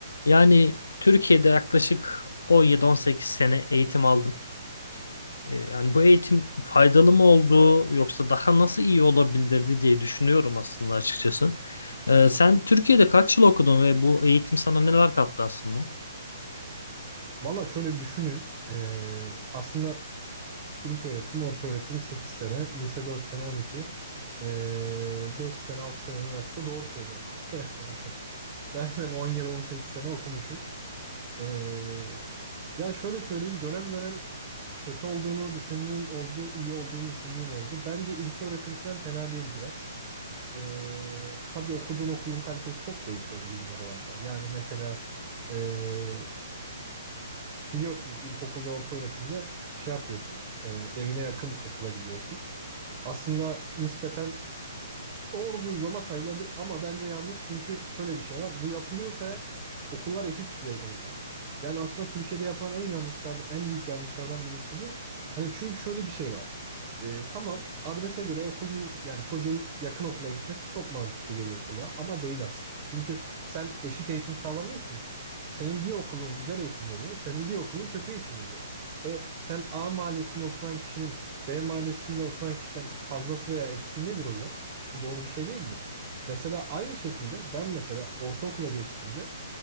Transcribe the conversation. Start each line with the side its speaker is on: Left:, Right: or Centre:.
Left: Yani Türkiye'de yaklaşık 17-18 sene eğitim aldım. Ee, Yani bu eğitim faydalı mı oldu yoksa daha nasıl iyi olabilirdi diye düşünüyorum aslında açıkçası. Ee, sen Türkiye'de kaç yıl okudun ve bu eğitim sana neler kattı aslında?
Right: Valla şöyle bir düşüneyim. Ee, aslında ilk öğretim, orta öğretim 8 sene, lise 4 sene 12, ee, 5 sene 6 sene üniversite doğru söylüyorsun. <laughs> Ben de 10 yıl 18 sene okumuşum. Ee, ya şöyle söyleyeyim dönem dönem kötü olduğunu düşündüğüm oldu, iyi olduğunu düşündüğüm oldu. Bence ilk öğretim falan fena değil biraz. Ee, tabii okuduğun okulun kalitesi çok değişiyordu bizim oralarda. Yani mesela ee, biliyorsun ilkokul ve orta öğretimde şey yapıyorsun. e, evine yakın okula gidiyorsun. Aslında nispeten doğru bir uygulama sayılabilir ama bence yanlış çünkü şöyle bir şey var. Bu yapılıyorsa eğer okullar eşit düzeyde olmalı. Yani aslında Türkiye'de yapılan en yanlışlardan, en büyük yanlışlardan birisi bu. Hani çünkü şöyle bir şey var. E, tamam adrese göre okulun yani çocuğun yakın okula gitmesi çok mantıklı geliyor kulağa ama değil aslında. Çünkü sen eşit eğitim sağlamıyorsun ki. Senin bir okulun güzel eğitim veriyor, senin bir okulun kötü eğitim veriyor. E, sen A mahallesinde oturan kişinin B mahallesinde oturan kişiden fazlası veya eksiği nedir hocam? Bu doğru bir şey değildir. Mesela aynı şekilde ben mesela ortaokula geçtiğimde